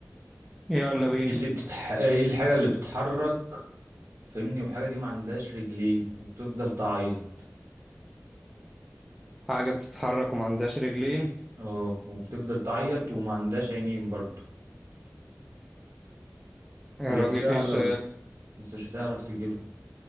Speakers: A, in the centre; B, on the right (about 85°).
A: يلا بينا
B: ايه اللي بتتح... ايه الحاجه اللي بتتحرك فهمني والحاجه دي ما عندهاش رجلين وبتفضل تعيط
A: حاجة بتتحرك وما عندهاش رجلين
B: اه وبتفضل تعيط وما عندهاش عينين برضو
A: يا
B: هي
A: راجل
B: سهلة
A: ايش
B: بس بس مش هتعرف تجيبها